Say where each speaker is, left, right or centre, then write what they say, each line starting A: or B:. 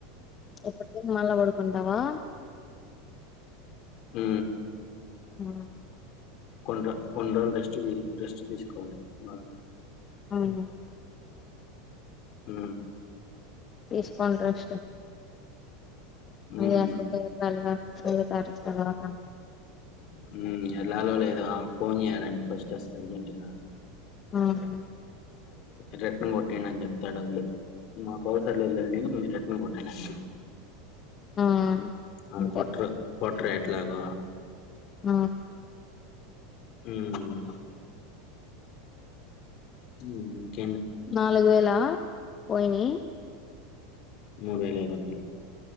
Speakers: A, on the left (about 35°); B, on the left (about 55°).
A: <unintelligible> మళ్ళా పడుకుంటావా
B: ఉ
A: ఆ
B: కొన్ రో కొన్ని రోజులు రెస్ట్ తీ రెస్ట్ తీసుకోవాలి బాగా
A: అవును
B: ఊ
A: తీసుకోండి రెస్ట్
B: హ్మ్.
A: మళ్లీ <unintelligible> గా తొమ్మిదో తారిక్ తర్వాత
B: హుమ్ ఎళ్ళలో లేదో ఫోన్ చేయాలండి ఫస్ట్ అస్ అర్జెంట్ గా
A: హుమ్
B: రిటర్న్ కొట్టేయండి అని చెప్త ఆ డబ్బులు మాకవసరం లేదు లేండి మీరు రిటర్న్ కొట్టాయండి
A: ఆ
B: వాళ్లు
A: అంతే
B: కొట్రు కొట్రు ఎట్లాగో
A: ఆ
B: హుమ్ హ
A: నాలుగు వేలా పోయినీ
B: మూడు వేల ఐదు వందలు